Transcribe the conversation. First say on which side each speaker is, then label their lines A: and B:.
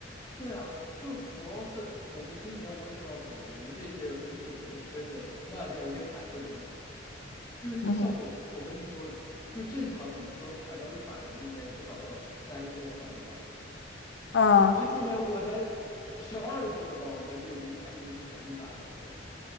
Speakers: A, on the left (about 20°); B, on the left (about 65°).
A: 对啊，就主要是我们今年我也不知道怎么，我们这届分给真的那叫一个惨不忍睹。就是你像我，
B: 嗯哼，
A: 我和你说的，就正常你们说排到一百名以内，至少要十三多嘛，对吧？
B: 嗯，
A: 我们今年我才十二都不到，我就已经排进前一百去了。